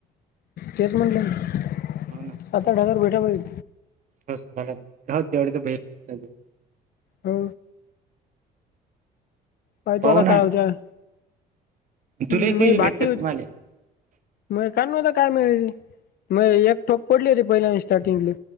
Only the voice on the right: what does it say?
हो
हो स हो तेवढे तर भेट
पाहू
ना
तुला
किती
भेटतात
तुम्हाला